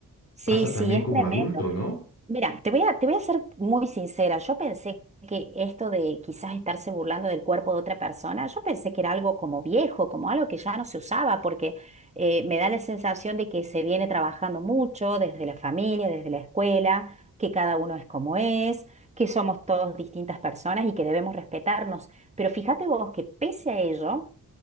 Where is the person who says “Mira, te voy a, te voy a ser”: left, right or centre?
Right